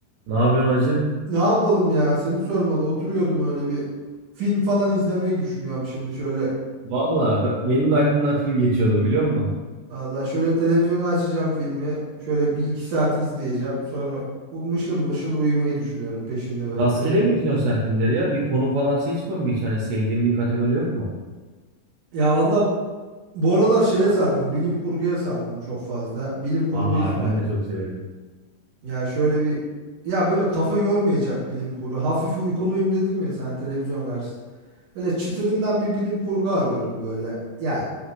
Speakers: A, on the right (about 80°); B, on the right (about 55°).
A: Ne yapıyorsun hacı?
B: Ne yapalım ya? Seni sormalı. Oturuyordum öyle bir film falan izlemeyi düşünüyorum şimdi şöyle.
A: Valla be- benim de aklımdan film geçiyordu biliyor musun?
B: Valla şöyle televizyonu açacağım filmi. Şöyle bir iki saat izleyeceğim. Sonra u- mışıl mışıl uyumayı düşünüyorum peşinde böyle
A: Rastgele
B: tele.
A: mi izliyorsun sen filmleri ya? Bir konu falan seçmiyor musun hiç? Hani sevdiğin bir kategori yok mu?
B: Ya valla bu aralar şeye sardım. Bilim kurguya sardım çok fazla. Bilim kurgu
A: Aa
B: izliyorum.
A: ben de çok severim.
B: Ya şöyle bir ya böyle kafa yormayacak bilim kurgu. Hafif uykuluyum dedim ya sana televizyon karşısında. Böyle çıtırından bir bilim kurgu arıyorum böyle. Ya